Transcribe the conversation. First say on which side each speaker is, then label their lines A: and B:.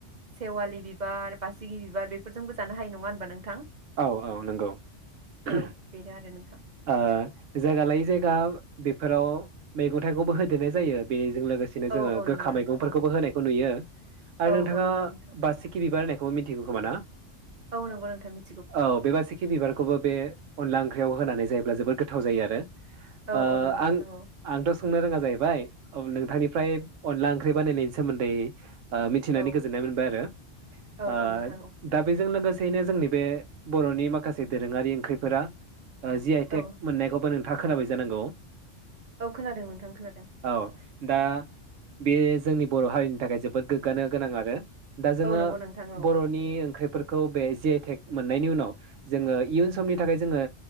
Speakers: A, on the right; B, on the right.
A: सेवालि बिबार, बासिगि बिबार बेफोरजोंबो जानो हायो नङा होनबा नोंथां।
B: औ औ नंगौ <unintelligible>
A: औ बेनो आरो नोंथां
B: ओ जायगा लायै जायगा बे फोराव मैगं थाइगंबो होदेरनाय जायो बे जों लोगोसेनो
A: औ
B: जोंङो
A: औ नंगौ
B: गोखा
A: नोंथां
B: मैगंफोरखौबो
A: औ
B: होनायखौ नुयो ओ
A: औ
B: नोंथाङा
A: औ नंगौ नोंथां
B: बा सिखिरि बिबार होनाय बो मिथिगौ खोमा ना?
A: औ नंगौ नोंथां मि
B: औ बेबासिखि बिबारखौबो बे अनला ओंखि ख्रियाव होनानै जायोब्ला जोबोद गोथाव जायो आरो।
A: औ
B: ओ
A: औ नंगौ नोंथां
B: आं
A: औ
B: आंथ' सोंनो रोङा जाहैबाय। औ नोंथांनिफ्राय अनला ओं ओंख्रि बानायनायनि सोमोन्दै ओ मिथिनानै
A: औ
B: गोजोननाय मोनबाय आरो।
A: औ
B: ओ
A: औ नोंथां औ
B: दा बेजों लोगोसेयैनो जोंनि बे बर'नि माखासे दोरोङारि ओंख्रिफोरा ओ जि आइ
A: औ
B: टेक मोननायखौबो नों था खोनाबाय जानांगौ।
A: औ खोनादों नोंथां खोनादों
B: औ दा बे जोंनि बर' हारिनि थाखाय जोबोद गोग्गानो गोनां आरो दा जोङो
A: औ नंगौ नोंथां औ
B: बर'नि ओंख्रिफोर खौ बे जि आइ टेक मोननायनि उनाव जोङो इयुन समनि थाखाय
A: औ
B: जोङो